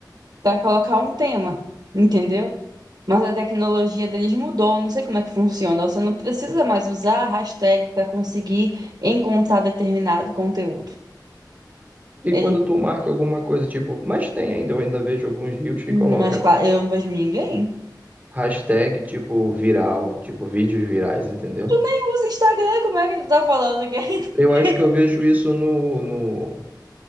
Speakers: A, on the right; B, on the right.
A: para colocar um tema, entendeu? Mas a tecnologia deles mudou, não sei como é que funciona. Você não precisa mais usar a hashtag para conseguir encontrar determinado conteúdo.
B: E
A: Ele,
B: quando tu marca alguma coisa, tipo, mas tem ainda, eu ainda vejo alguns reels que
A: "Hum,
B: coloca
A: mas qual- eu não vejo ninguém.
B: hashtag tipo viral, tipo vídeos virais, entendeu?
A: Tu nem usa Instagram, como é que tu tá falando que ainda?
B: Eu
A: <laughs>
B: acho que eu vejo isso no, no,